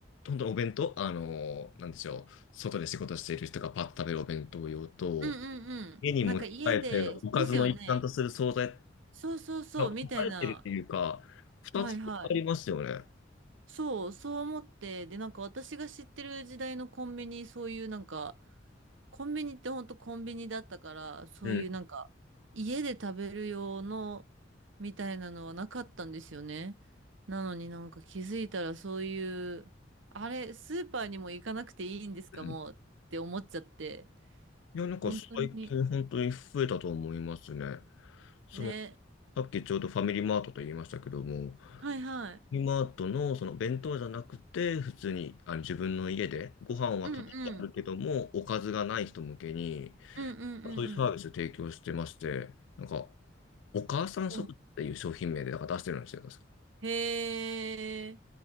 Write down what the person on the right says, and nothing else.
うんうんうん。
なんか家で、ですよね。そうそうそう、
みたいな。
はいはい。そう、そう思って、で、なんか私が知ってる時代のコンビニ、そういうなんか、コンビニってほんとコンビニだったから、そういうなんか、
家で食べる用のみたいなのはなかったんですよね。なのになんか気づいたらそういう、あれ、スーパーにも行かなくていいんですかもうって思っちゃって、
本当に、
ね。
はいはい。
うんうん。
うんうんうんう
ん。うん
へえ。